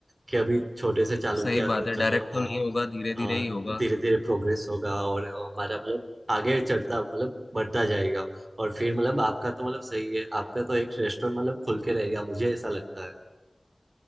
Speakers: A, on the right; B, on the left.
A: कि अभी छोटे से चालू
B: सही
A: किया तो
B: बात
A: चलो
B: है डायरेक्ट
A: हाँ
B: तो नहीं होगा धीरे धीरे
A: हाँ
B: ही होगा
A: तो धीरे धीरे प्रोग्रेस होगा और हमारा मतलब आगे चढ़ता मतलब बढ़ता जाएगा और फिर मतलब आपका तो मतलब सही है आपका तो एक रेस्टोरेंट मतलब खुल के रहेगा मुझे ऐसा लगता है